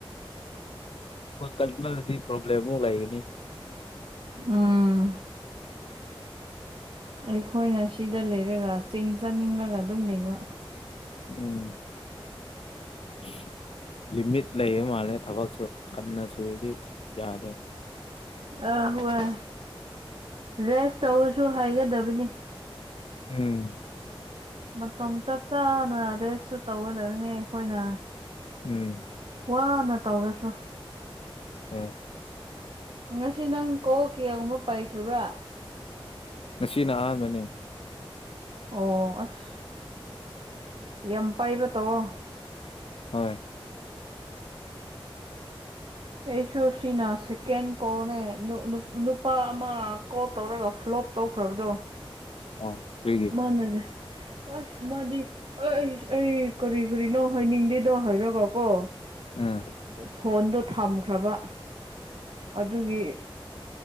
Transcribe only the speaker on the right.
ꯎꯝ ꯑꯩꯈꯣꯏꯅ ꯁꯤꯗ ꯂꯩꯔꯒ ꯆꯤꯡ ꯆꯥꯅꯤꯡꯂꯒ ꯑꯗꯨꯝ ꯂꯩꯕ
ꯑꯍꯣꯏ ꯔꯦꯁ ꯇꯧꯔꯥꯁꯨ ꯍꯥꯏꯒꯗꯕꯅꯤ
ꯃꯇꯝ ꯆꯞ ꯆꯥꯅ ꯔꯦꯁ ꯁꯨ ꯇꯧꯒꯗꯕꯅꯦ ꯑꯩꯈꯣꯏꯅ
ꯋꯥꯅ ꯇꯧꯔꯁꯨ
ꯉꯁꯤ ꯅꯪ ꯀꯣ ꯀꯌꯥꯒꯨꯝꯕ ꯄꯥꯏꯈ꯭ꯔꯕ꯭ꯔꯥ
ꯑꯣ ꯑꯁ ꯌꯥꯝ ꯄꯥꯏꯕ ꯇꯧꯑꯣ
ꯑꯦꯁꯣꯁꯤꯅ ꯁꯦ ꯀꯦꯟ ꯀꯣꯅꯦ ꯅꯨꯄꯥ ꯑꯃ ꯀꯣꯜ ꯇꯧꯔꯒ ꯐ꯭ꯂꯣꯞ ꯇꯧꯈ꯭ꯔꯕꯗꯣ
ꯃꯥꯅꯅꯦ ꯑꯁ ꯃꯥꯗꯤ ꯑꯩ ꯑꯩꯁ ꯑꯩ ꯀꯔꯤ ꯀꯔꯤꯅꯣ ꯍꯥꯏꯅꯤꯡꯗꯦꯗꯣ ꯍꯥꯏꯔꯒ ꯀꯣ
ꯐꯣꯟꯗꯣ ꯊꯝꯈ꯭ꯔꯕ ꯑꯗꯨꯒꯤ